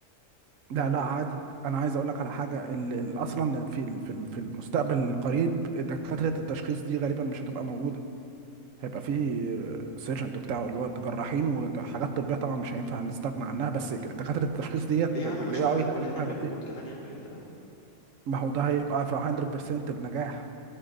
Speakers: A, on the right (about 80°); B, on the left (about 50°).
A: لا لا عادي انا عايز اقول لك على حاجه ال- ال- اصلا في ال- في ال- في المستقبل القريب دكاتره التشخيص دي غالبا مش هتبقى موجوده هيبقى في سيرجنت وبتاع اللي هو جراحين وحاجات طبيه طبعا مش هينفع نستغنى عنها بس دكاتره
B: م-م.
A: التشخيص ديت
B: ليه يا
A: الاي
B: عم ما شوية
A: اي
B: وهتقول
A: تقريبا
B: لي هنعمل
A: هيغطيها
B: روبوت كمان يعمل الجراحة
A: ما هو ده هيبقى في 100% النجاح